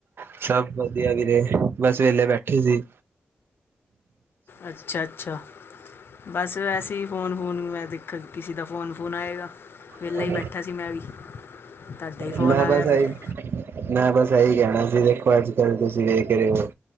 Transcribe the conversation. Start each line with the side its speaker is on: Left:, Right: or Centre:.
Right: ਅੱਛਾ ਸਭ ਵਧੀਆ ਵੀਰੇ ਬਸ ਵੇਲੇ ਬੈਠੇ ਸੀ।
Left: ਅੱਛਾ ਅੱਛਾ ਬਸ ਵੈਸੇ ਹੀ ਫੋਨ ਫੂਨ ਮੈਂ ਦੇਖਾਂ ਕਿਸੇ ਦਾ ਫੋਨ ਫੋਨ ਆਏਗਾ। ਵਿਹਲਾ
Right: <unintelligible>
Left: ਹੀ ਬੈਠਾ ਸੀ ਮੈਂ ਵੀ ਤੁਹਾਡਾ ਹੀ ਫੋਨ
Right: ਮੈਂ
Left: ਆ
Right: ਤੇ
Left: ਗਿਆ
Right: ਸਹੀ।
Left: ਫਿਰ
Right: ਮੈਂ ਬਸ ਇਹੀ ਕਹਿਣਾ ਸੀ ਦੇਖੋ ਅੱਜ ਕੱਲ ਤੁਸੀਂ ਵੇਖ ਰਹੇ ਹੋ।